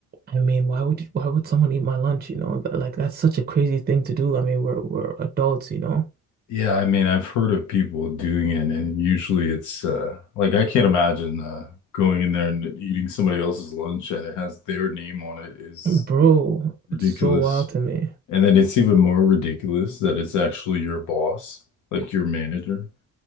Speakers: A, on the right; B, on the left.
A: I mean why would you, why would someone eat my lunch you know Th- like that's such a crazy thing to do I mean we're we're adults you know
B: Yeah, I mean, I've heard of people doing it, and usually it's uh, like I can't imagine uh, going in there and eating somebody else's lunch and it has their name on it is
A: bro it's
B: ridiculous.
A: so wild to me
B: And then it's even more ridiculous that it's actually your boss, like your manager.